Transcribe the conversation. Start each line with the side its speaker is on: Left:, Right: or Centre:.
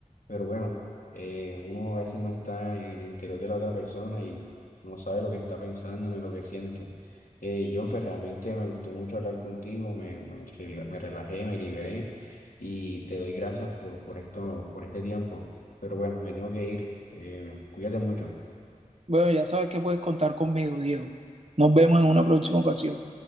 Left: Pero bueno, eh, uno a veces no está en el interior de la otra persona y no sabe lo que está pensando ni lo que siente. Eh, Jonfer, realmente me gustó mucho hablar contigo, me, me rela- me relajé, me liberé y te doy gracias por, por esto, por este tiempo. Pero bueno, me tengo que ir. Eh, cuídate mucho.
Right: Bueno, ya sabes que puedes contar conmigo, Diego. Nos vemos en una próxima ocasión.